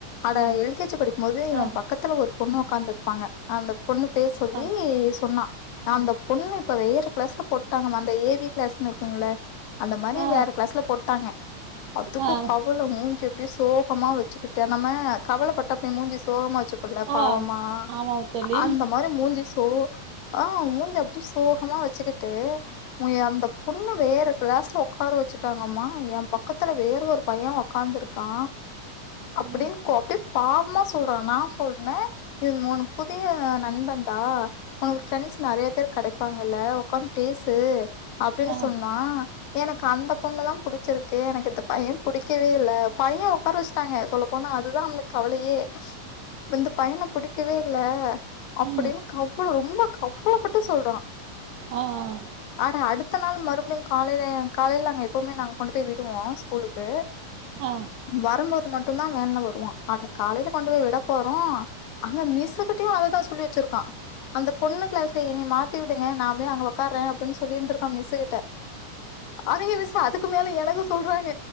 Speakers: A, on the left (about 75°); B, on the right (about 75°).
A: அட
B: ஆ,
A: எல் கே ஜி படிக்கும்போது இவ
B: ஆ,
A: பக்கதுல ஒரு பொண்ணு ஒட்காந்திருப்பாங்க அந்த பொண்ணு பேர் சொல்லி
B: ஆ,
A: சொன்னா அந்த பொண்ணு இப்ப வேற கிளாஸ்ல போட்டாங்மா அந்த ஏ பி கிளாஸ்ன்னு இருக்குல்ல அந்த மாரி
B: ஆ,
A: வேற கிளாஸ்ல போட்டாங்க அதுக்கு
B: ஆ,
A: கவல மூஞ்ச அப்டி சோகமா வச்சுகிட்டு நம்ம கவலபட்டா அப்டி மூஞ்சி சோகமா வச்சு போல்ல பாவமா
B: ஆ. ஆமா தோழி.
A: அந்த மாரி மூஞ்ச சோ ஆ மூஞ்ச அப்டி சோகமா வச்சிகிட்டு உ எ அந்த பொண்ணு வேற கிளாஸ்ல ஒக்கார வச்சுட்டாங்கம்மா எ பக்கத்துல வேற ஒரு பைய ஒக்காந்துருக் கா
B: ம்,
A: அப்டின் கோ அப்டி பாவமா சொல்றா நா சொன்ன இது மூணு புதிய நண்பன்டா உனக்கு ஃப்ரெண்ஸ் நறைய பேரு கடைப்பாங்கல்ல ஒக்காந்து பேசு அப்டின்னு
B: ஆ,
A: சொன்னா எனக்கு அந்த பொண்ணுதா புடிச்சிருக்கு எனக்கு இந்த பைய புடிக்கவே இல்ல பைய ஒக்கார வச்சிடாங்க சொல்ல போனா அதுதா அவனுக்கு கவலையே இந்த பையன புடிக்கவே இல்ல அப்டின்னு
B: ம்,
A: அவ்ளோ ரொம்ப கவலப்பட்டு சொல்றா
B: ஆ ஆ
A: அட அடுத்த நாள் மறுபடியு காலைல காலைல நாங்க எப்பவுமே நாங்க கொண்டு போய் விடுவோ ஸ்கூலுக்கு
B: ஆ
A: வரும்போது மட்டுந்தா வேன்ல வருவா அட காலைல கொண்டு போய் விட போறோ அங்க மிஸ்கிட்டயு அததா சொல்லி வச்சிருக்கா அந்த பொண்ணு கிளாஸ்ல என்னய மாத்தி விடு ங்க நா போய் அங்க ஒக்கார அப்டின்னு சொல்லிருந்திருக்கா மிஸ் கிட்ட அதுங்க மிஸ் அதுக்கு மேல எனக்கு சொல்றாங்க